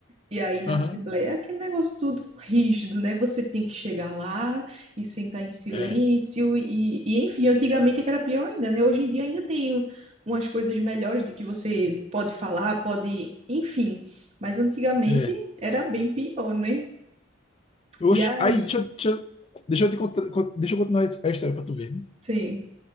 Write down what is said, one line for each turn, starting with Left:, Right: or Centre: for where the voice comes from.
Right: E aí na
Left: Aham.
Right: Assembleia é aquele negócio tudo rígido, né? Você tem que chegar lá e sentar em silêncio,
Left: É,
Right: e, e enfim, antigamente é que era pior ainda, né? Hoje em dia ainda tem umas coisas melhores de que você pode falar, pode, enfim. Mas antigamente
Left: é.
Right: era bem pior, né?
Left: Oxe,
Right: E aí,
Left: aí, deixa, eu- deixa, eu- deixa eu te contar, con- deixa eu continuar a história pra tu ver. né?
Right: sim.